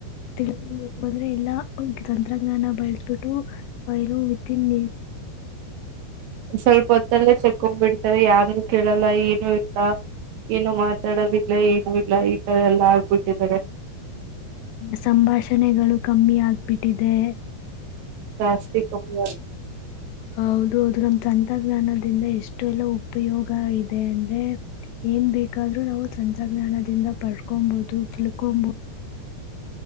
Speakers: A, on the left; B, on the right.
A: ತಿಲ್ ಬಂದ್ರೆ ಎಲ್ಲ ತಂತ್ರಜ್ಞಾನ ಬಳಸಬಿಟ್ಟು ಏನು ವಿತ್ನ್
B: ಸ್ವಲ್ಪ ಹೊತ್ತಲ್ಲೇ ಚಕ್ಕ ಹೋಗ್ಬಿಡ್ತಾರೆ ಯಾರ ಕೇಳಲ್ಲ ಏನು ಇಲ್ಲ ಏನು ಮಾತಾತೋಡಿಲ್ ಲ್ಲ ಏನು ಇಲ್ಲ ಈತರ ಎಲ್ಲ ಆಗ್ಬಿಟ್ಟದ್ದಾರೆ
A: ಸಂಭಾಷಣೆಗಳು ಕಮ್ಮಿ ಆಗ್ಬಿಟ್ಟಿದೆ
B: ಜಸ್ತಿ ಕಮ್ಮಿ
A: ಹೌದು ಹೌದು ನಮ್ಮ ತಂತ್ರಜ್ಞಾನದಿಂದ ಎಷ್ಟು ಎಲ್ಲ ಉಪಯೋಗ ಇದೆ ಅಂದ್ರೆ ಏನ್ ಬೇಕಾದ್ರರು ನಾವು ತಂತ್ರಜ್ಞಾನದಿಂದ ಪಡ್ಕೊಬಹುದು ತಿಳ್ಕೊಬೋದು